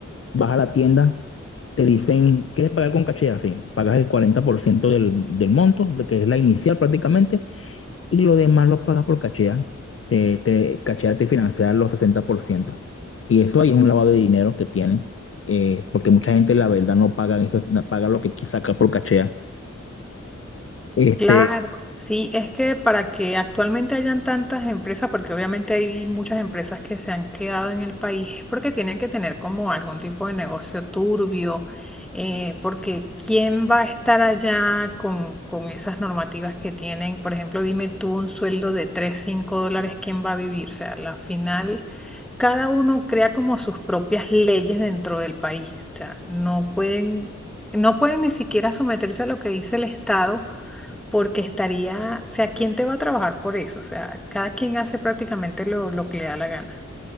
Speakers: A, on the left (about 50°); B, in the centre.
A: Vas a la tienda. Te dicen, ¿quieres pagar con Cachea? Sí, pagas el 40% del, del monto, de que es la inicial prácticamente, y lo demás lo pagas por Cachea. Te, te, Cachea te financia los sesenta por ciento Y eso ahí es un lavado de dinero que tienen, eh, porque mucha gente, la verdad, no paga eso, no paga lo que saca por Cachea. Este,
B: Claro, sí, es que para que actualmente hayan tantas empresas, porque obviamente hay muchas empresas que se han quedado en el país, es porque tienen que tener como algún tipo de negocio turbio, eh, porque ¿quién va a estar allá con, con esas normativas que tienen? Por ejemplo, dime tú un sueldo de tres cinco dólares, ¿quién va a vivir? O sea, la final, cada uno crea como sus propias leyes dentro del país, o sea, no pueden, no pueden ni siquiera someterse a lo que dice el Estado porque estaría, o sea, ¿quién te va a trabajar por eso? O sea, cada quien hace prácticamente lo, lo que le da la gana.